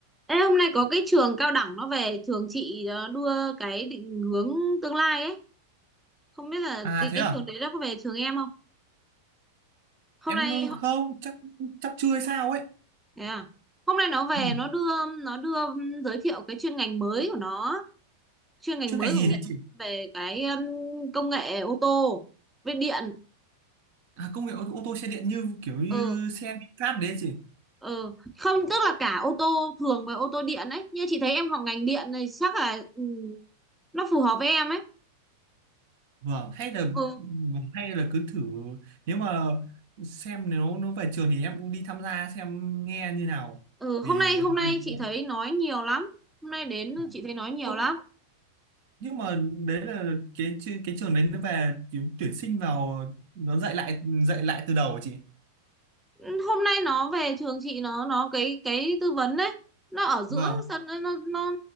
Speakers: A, in the centre; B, on the right.
A: Ê, hôm nay có cái trường cao đẳng nó về trường chị ờ, đưa cái định hướng tương lai ấy không biết là
B: À
A: cái
B: thế
A: cái
B: à?
A: trường đấy nó có về trường em không hôm
B: Em
A: nay
B: ờ,
A: ho-
B: không, chắc chắc chưa hay sao ấy.
A: thế à hôm nay nó về
B: Ừ,
A: nó đưa nó đưa ừm, giới thiệu cái chuyên ngành mới của nó chuyên ngành
B: chuyên
A: mới
B: ngành gì
A: của người
B: thế chị?
A: ta về cái ừm, công nghệ ô tô về điện
B: À công nghệ ô, ô tô xe điện như kiểu như
A: ừ
B: xe vinfast đấy chị.
A: ừ không tức là cả ô tô thường và ô tô điện ấy như chị thấy em học ngành điện này chắc là ừm, nó phù hợp với em ấy
B: Vâng, hay là
A: ừ
B: vâng, hay là cứ thử nếu mà xem nếu nó về trường thì em cũng đi tham gia xem nghe như nào
A: Ừ, hôm
B: vì
A: nay hôm
B: học
A: nay
B: điện
A: chị
B: em.
A: thấy nói nhiều lắm. Hôm nay đến
B: Vâng.
A: chị thấy nói nhiều
B: Ủa,
A: lắm.
B: nhưng mà đấy là cái chi- cái trường đấy nó về tuyển tuyển sinh vào nó dạy lại dạy lại từ đầu hả chị?
A: Ừ, Hôm nay nó về trường chị nó nó cái cái tư vấn đấy. Nó ở giữa
B: Vâng,
A: sân nó nó nó